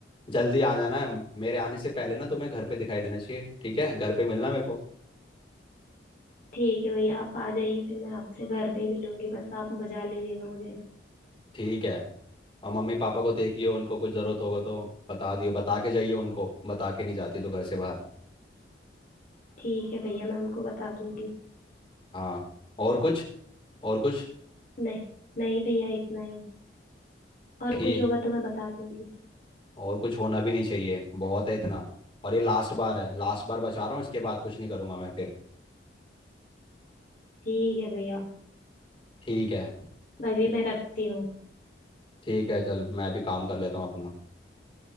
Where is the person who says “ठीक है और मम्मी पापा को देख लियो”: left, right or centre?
Left